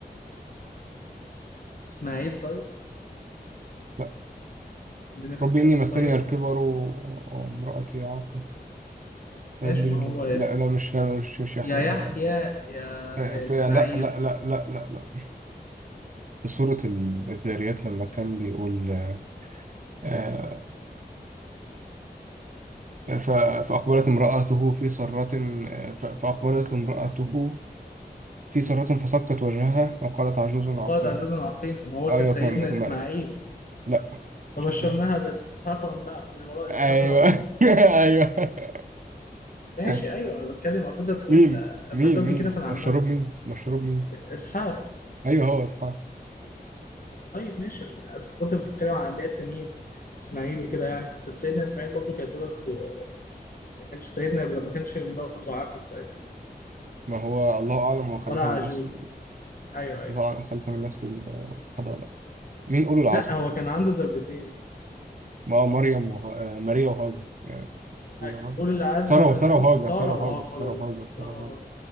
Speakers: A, on the left; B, on the right.
A: إسماعيل طيب
B: لا
A: اديني اختيارات
B: رب إني مسني
A: طيب
B: الكبر
A: وما-
B: و- وامرأتي عاقر
A: ماشي
B: فهب لي
A: ما
B: من
A: هو
B: لدن-
A: يا,
B: لا لا مش لا مش مش يحيى
A: يا يحيى
B: أنا
A: يا
B: آه،
A: يا
B: في
A: إسماعيل
B: لا لا لا لا لا لا في سورة الذاريات لما كان بيقول آه، آه، ف- فأقبلت امرأته في سرة آه، ف- فأقبلت امرأته في سرة فصكت وجهها وقالت عجوز عقيم
A: وقالت عجوز عقيم ما هو
B: أيوة
A: كان سيدنا
B: كان ما-
A: إسماعيل
B: لا مش
A: فبشرناها
B: اسمها
A: باسحاق ومن بقى من وراء
B: أيوة
A: اسحاق يعقوب
B: <laughs>
A: ماشي
B: أيوة
A: ايوه انا بتكلم اصل انت بتقول
B: مين مين
A: اما انت قلت
B: مين
A: كده فانا عمال
B: مشروب مين مشروب مين
A: اسحاق
B: أيوة هو أصحاب
A: طيب ماشي أصل كنت بتتكلم عن انبياء التانيين اسماعيل وكده يعني بس سيدنا اسماعيل برضو كانت ولد و- ما كانش سيدنا ابراهيم ما كانش مراته عاقر ساعتها
B: ما هو الله أعلم هو خليفة
A: ولا عجوز
B: من نفس
A: ايوه ايوه
B: الله أعلم خليفة من نفس الحد ولا لأ مين أولو العزم؟
A: لا هو كان عنده زوجتين
B: ما هو مريم وه... آه، ماريا وهاجر آه، ماريا
A: أيوة.
B: وهاجر
A: اولي العزم
B: سارة
A: من
B: وسارة
A: الرسل
B: وهاجر
A: ساره
B: سارة وهاجر
A: وهاجر
B: سارة وهاجر
A: يا اسطى
B: سارة
A: ساره
B: وهاجر
A: وهاجر